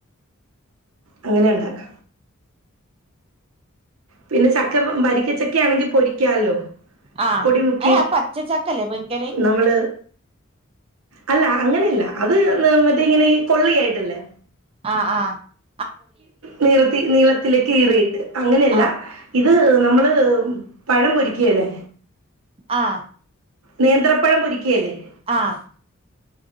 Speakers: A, on the right; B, on the right.
A: അങ്ങനെ ഉണ്ടാക്ക പിന്നെ ചക്ക വരിക്കച്ചക്കെ ആണെങ്കിൽ പൊരിക്കാല്ലോ
B: ആഹ
A: പൊടി മുക്കി
B: പച്ചച്ചക്ക്ല്ലേ പക്കറി
A: നമ്മള് അല്ല അങ്ങനെയല്ല അത് മറ്റേ ഇങ്ങനെ ഈ കൊള്ളിയായിട്ടല്ലേ
B: ആഹ ആഹ
A: നിർത്തി നീള ഇത് കീറി അങ്ങനെയല്ല
B: ആഹ്
A: ഇത് നമ്മള് പഴം പൊരിക്കുകല്ലേ
B: ആഹ
A: നേന്ത്രപ്പഴം പൊരിക്ക കേഴ <unintelligible>
B: ആഹ്